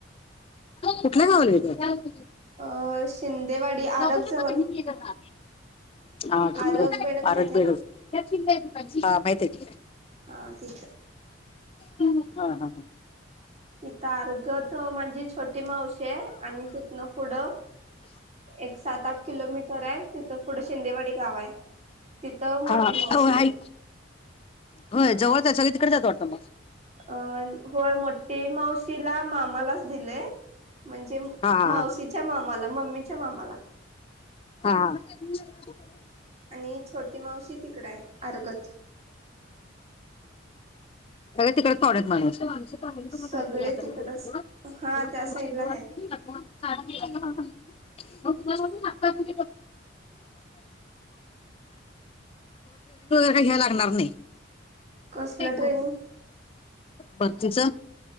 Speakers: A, on the left (about 30°); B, on the right (about 35°).
A: कुठल्या <inaudible> गावाला हायतेव
B: अ -शिंदेवाडी आरग
A: बघू
B: जवळ
A: की <unintelligible> हा मिरज
B: आरग बेडग माहिती
A: आरग बेडग
B: आहे ना
A: हा माहित हायकी
B: हा ते तर
A: हा -हा -हा
B: इथ आरगत माझी छोटी मावशी आहे. आणि तिथनं पुढं एक सात आठ किलोमीटर आहे तिथंन पुढे शिंदेवाडी गाव आहे. तिथं
A: हा
B: मोठी
A: हा
B: मावशी
A: होय हाय
B: आहे.
A: होय
B: हा
A: जवळच आहेत सगळी तिकडे जातवाटतता मग
B: अं होय मोठी मावशीला मामालाच दिलेय म्हणजे मावशीच्या
A: हा हा हा
B: मामाला मम्मीच्या मामाला.
A: हा.. <inaudible> <unintelligible> ह.
B: आणि छोटी मावशी तिकड आहे अर्गत.
A: तिकडेच थोडी माणूस <unintelligible>
B: सगळे तिकडच हा त्या साईडला आहे.
A: <unintelligible> <unintelligible> वैगेरे काय घ्याला लागणार नाही
B: कसलं
A: <unintelligible>
B: ट्रेनिंग?
A: बाकीच